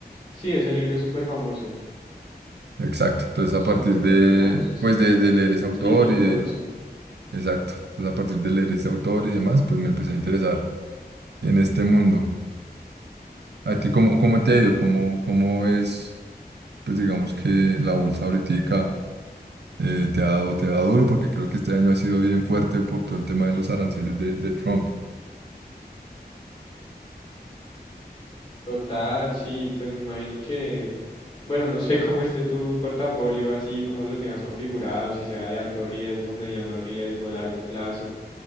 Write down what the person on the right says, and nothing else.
Exacto. Entonces,
a partir de,
pues de, de leer ese autor
y
de, exacto. Entonces, a partir de leer ese autor y demás, pues me empecé a interesar en este mundo. ¿A ti cómo, cómo te ha ido? ¿Cómo, cómo es, pues digamos que la bolsa ahorita? eh, te ha dado, te ha dado duro porque creo que este año ha sido bien fuerte por todo el tema de los aranceles de, de Trump.